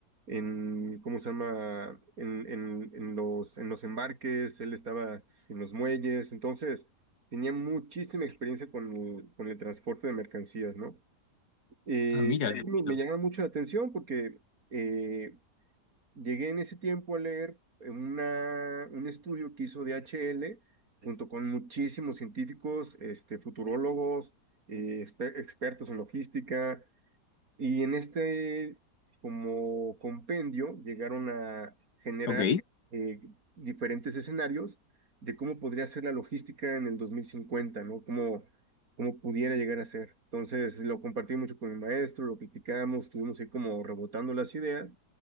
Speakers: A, on the right; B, on the left.
A: en, ¿cómo se llama? En, en, en los, en los embarques, él estaba en los muelles, entonces tenía muchísima experiencia con el, con el transporte de mercancías, ¿no? Eh,
B: Ah, mira,
A: y a
B: qué
A: mí
B: bonito.
A: me, me llama mucho la atención porque, eh, Llegué en ese tiempo a leer una, un estudio que hizo DHL junto con muchísimos científicos, este, futurólogos, eh, exper- expertos en logística, y en este como compendio llegaron a generar
B: Ok.
A: eh, diferentes escenarios de cómo podría ser la logística en el 2050, ¿no? Cómo, cómo pudiera llegar a ser. Entonces lo compartí mucho con mi maestro, lo platicamos, estuvimos ahí como rebotando las ideas.